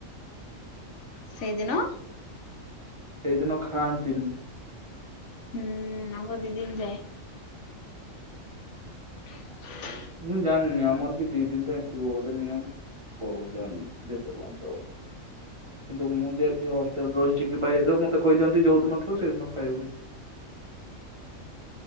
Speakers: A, on the left (about 65°); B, on the right (about 35°).
A: ସେଇଦିନ?
B: ସେଇଦିନ ଖାଆନ୍ତିନି।
A: ହୁଁ ଆମର ଦି ଦିନ ଯାଏ। <inaudible>
B: ମୁଁ ଜାଣିନି ଆମର ବି ଦି ଦିନ ପାଇଁ ଥିବ ବୋଧେ ନିୟମ। କହୁଜନ୍ ଜେତେପର୍ଯ୍ୟନ୍ତ କିନ୍ତୁ ମୁଁ ଯେ ଏଠି ହଷ୍ଟେଲ ରହିଛି କି ବାଇର ମୋତେ କହିଦିଅନ୍ତି ଯୋଉ ଦିନ ଥିବ ସେଦିନ ଖାଇବୁନି।